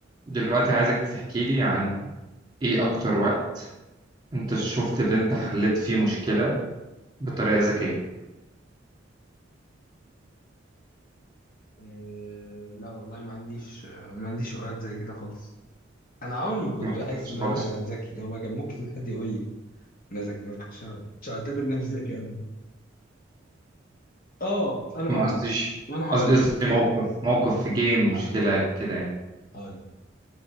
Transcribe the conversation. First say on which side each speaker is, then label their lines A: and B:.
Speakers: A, on the right; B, on the left.
A: دلوقتي عايزك تحكي لي عن ايه اكتر وقت انت شفت اللي انت حليت فيه مشكلة بطريقة ذكية
B: إيه لا والله ما عنديش ما عنديش اوقات زي كده خالص انا عمري ما كنت
A: ما حصلتش
B: بحس ان
A: خالص
B: انا ذكي او ما كان ممكن حد يقول لي انا ذكي ما كنتش أنا- كنتش اعتبر نفسي ذكي ابدا اه انا
A: ما
B: هقول
A: قصديش
B: لك انا هقول
A: قصدي قصدي
B: لك
A: موقف موقف في جيم
B: هقول
A: مشكلة
B: لك
A: كده يعني
B: هقول لك